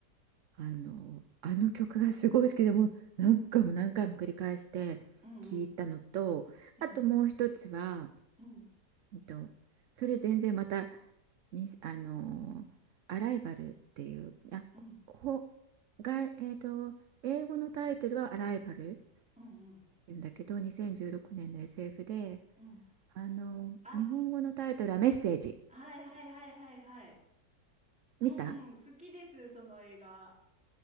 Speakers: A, on the right (about 60°); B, in the centre.
A: あの、あの曲がすごい好きでもう何回も何回も繰り返して聞いたのと、
B: うんうん。うん
A: あともう一つは、
B: うん。
A: うんと、それ全然またに、あのーアライバルっていう、あ、
B: うんうん。
A: ほ、が、えっと、英語のタイトルはアライバルっ
B: うん
A: ていうんだけど、2016年の SF で、
B: うん。
A: あのー日本語のタイトルはメッセージ。
B: あ、はいはいはいはいはい。うん、
A: 見た
B: 好きです、その映画。